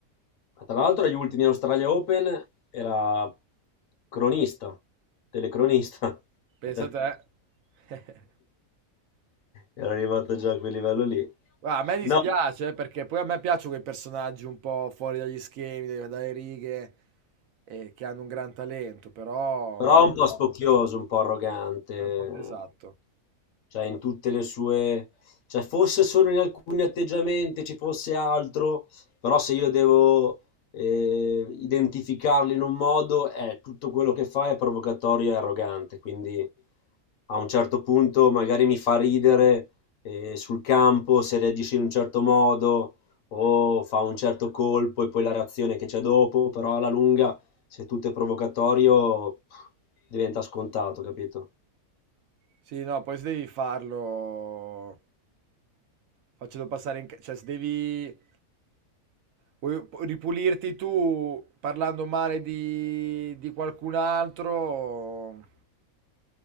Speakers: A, on the left (about 65°); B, on the right (about 70°).
A: Tra l'altro agli ultimi Australia Open era cronista, telecronista.
B: Pensa
A: <laughs>
B: a te. <laughs>
A: Era arrivato già a quel livello lì.
B: Guarda, a me dispiace
A: No,
B: eh, perché poi a me piacciono quei personaggi un po' fuori dagli schemi, dai- dalle righe, eh, che hanno un gran talento, però
A: però un po' spocchioso, un po' arrogante.
B: è un po' esatto.
A: cioè in tutte le sue, cioè forse solo in alcuni atteggiamenti ci fosse altro, però se io devo eh, identificarli in un modo, è tutto quello che fa è provocatorio e arrogante, quindi a un certo punto magari mi fa ridere eh, sul campo se reagisce in un certo modo o fa un certo colpo e poi la reazione che c'è dopo, però alla lunga se tutto è provocatorio pff, diventa scontato, capito?
B: Sì, no, poi se devi farlo facendo passare in... ca- cioè se devi vuoi ripulirti tu parlando male di, di qualcun altro,